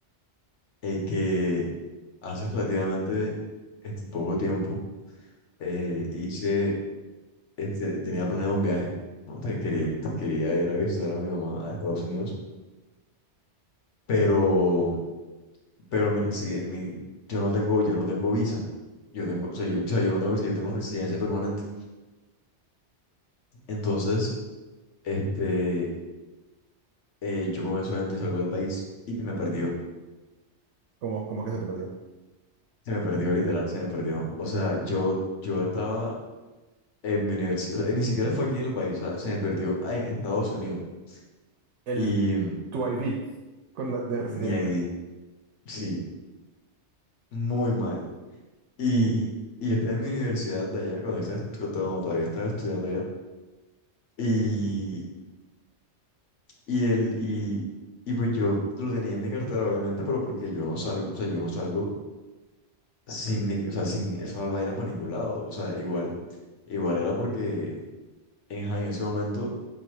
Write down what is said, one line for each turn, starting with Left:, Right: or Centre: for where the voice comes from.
Left: eh, que hace relativamente este, poco tiempo eh, hice, este, tenía planeado un viaje, ¿no? Te quería, quería ir a visitar a mi mamá a Estados
Right: No.
Left: Unidos, pero, pero mi, reside- mi, yo no tengo, yo no tengo visa, yo tengo, o sea, yo, o sea, yo no tengo visa, yo tengo residencia permanente, entonces... Este, eh, yo con eso adentro y salgo del país y me perdió.
Right: ¿Cómo, cómo que se te perdió?
Left: Se me perdió, literal, se me perdió. O sea, yo, yo estaba en mi universidad, o sea, ni siquiera fue aquí en el país, o sea, se me perdió en Estados Unidos.
Right: El
Left: Y mm,
Right: tu ID con la de residente.
Left: mi ID, sí, muy mal. Y, y yo estaba en mi universidad de allá, cuando yo estaba, estu- cuando todavía estaba estudiando allá. Y, y, el, y, y pues yo lo tenía en mi cartera, obviamente, pero porque yo no salgo, o sea, yo no salgo sin, mi- o sea, sin esa vaina para ningún lado. O sea, igual, igual era porque en, ja- en ese momento,